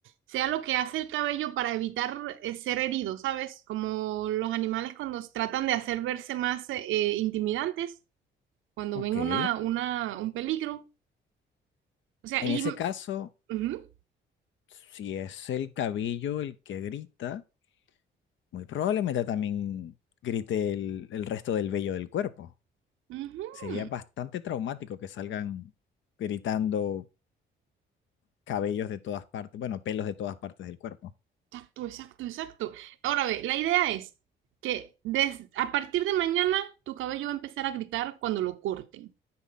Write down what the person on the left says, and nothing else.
Ok.
En
ese
caso,
si es el cabello el que grita, Muy probablemente también grite el, el resto del vello del cuerpo.
Sería bastante traumático que salgan gritando cabellos de todas partes, bueno, pelos de todas partes del cuerpo.